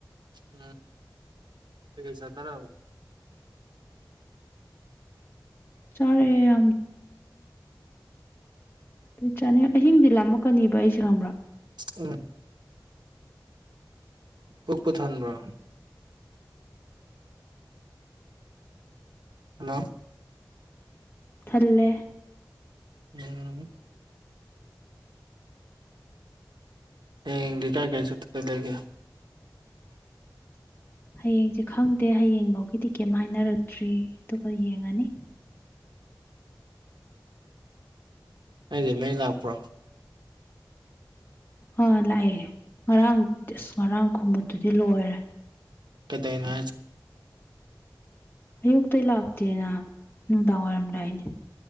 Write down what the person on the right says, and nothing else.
ꯎꯝ ꯄꯩꯁ ꯈꯔꯥꯎ
ꯎꯝ ꯄꯨꯛ ꯄꯨꯊꯟꯕ꯭ꯔꯣ ꯍꯜꯂꯣ
ꯎꯝ ꯍꯗꯤ ꯀꯥꯏ ꯀꯩ ꯆ ꯂꯩꯒꯦ
ꯑꯩꯗꯤ ꯃꯩ ꯂꯥꯛꯄ꯭ꯔꯣ
ꯀꯗꯅ